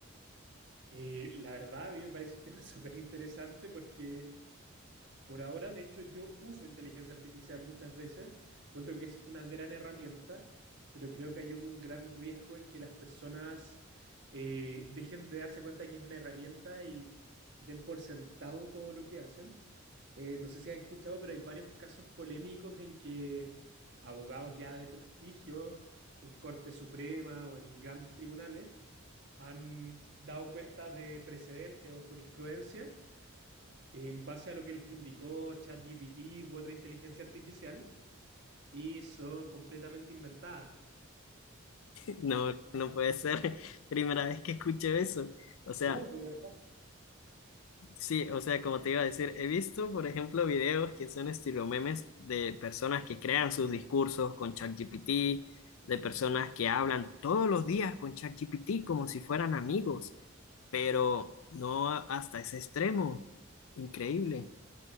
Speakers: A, on the right (about 55°); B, on the left (about 80°).
A: Eh, la verdad, a mí me parece un tema <laughs> súper interesante porque por ahora, de hecho, yo uso inteligencia artificial muchas veces. Encuentro que es una gran herramienta, pero creo que hay un gran riesgo en que las personas eh, dejen de darse cuenta que es una herramienta y den por sentado todo lo que hacen. Eh, no sé si has escuchado, pero hay varios casos polémicos en que abogados ya de prestigio en Corte Suprema o en grandes tribunales han dado cuenta de precedentes o jurisprudencia en base a lo que les indicó ChatGPT u otra inteligencia artificial y son completamente inventadas.
B: <laughs>
A: Eh,
B: No, no puede ser <laughs> primera vez que escucho eso. O sea,
A: No, de verdad.
B: Sí, o sea, como te iba a decir, he visto, por ejemplo, videos que son estilo memes de personas que crean sus discursos con ChatGPT, de personas que hablan todos los días con ChatGPT como si fueran amigos, pero no hasta ese extremo. Increíble.